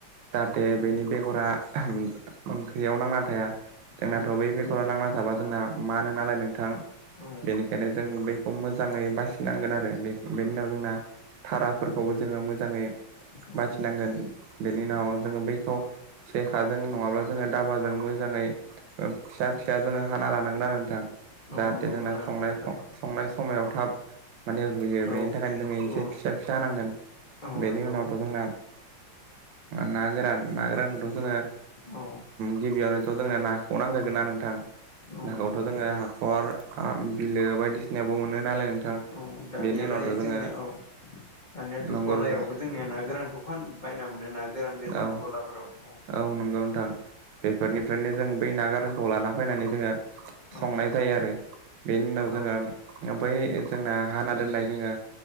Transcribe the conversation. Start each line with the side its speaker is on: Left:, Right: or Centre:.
Right: जाहाथे
Left: औ
Right: बेनि बेगरा ओंखैयाव नांना थाया जोंनाथ'
Left: औ
Right: बै बेगराव नांना थाबा जोंना मानो नालाय नोंथां
Left: औ
Right: बेनिखायनो जों बेखौ मोजाङै बासिनांगोन आरो बे बेनि उनाव जोंना थाराफोरखौबो जोङो मोजाङै
Left: औ
Right: बाथिनांगोन। बेनि उनाव
Left: औ
Right: जोङो बैखौ सेखाजों नङाब्ला जोङो दाबाजों मोजाङै ओ फिसा
Left: औ
Right: फिसा जोङो हाना लानांगोन आरो नोंथां।
Left: औ
Right: जाहाथे
Left: नंगौ
Right: जोंना
Left: नोंथां
Right: संनाय
Left: थारैनो
Right: संनाय समायाव थाब माने गुयो
Left: औ
Right: बेनि थाखायनो जोङो एसे
Left: औ
Right: फिसा फिसा हांगोन।
Left: औ
Right: बेनि
Left: नंगौ
Right: उनावथ' जोंना ओ ना गोरान ना गोरान खौथ' जोङो
Left: औ
Right: गिबियावनोथ' जोंनो नाखौ नांगोरगोनना नोंथां
Left: औ
Right: नाखौथ'
Left: नंगौ
Right: जोङो हाखर आं बिलो बायदिसिनायाबो मोनो नालाय नोंथां।
Left: औ दानियालाय
Right: बेनि उनावथ' जोङो
Left: जोंनिया औ दानियाथ'
Right: नंगौ
Left: गलायावबो
Right: नोंथां
Left: जोंनिया ना गोरानखौ फान बायना मोनो ना गोरान गोजा
Right: औ
Left: गलाफोराव।
Right: औ नंगौ नोंथां बेफोरनिफ्रायनो जों बै नागोरान खौ लाना फैनानै जोङो
Left: औ
Right: संनाय जायो आरो। बेनि उनाव
Left: औ
Right: जोङो
Left: नंगौ
Right: ओमफाय ओ जोंना हाना दोननाय जोङो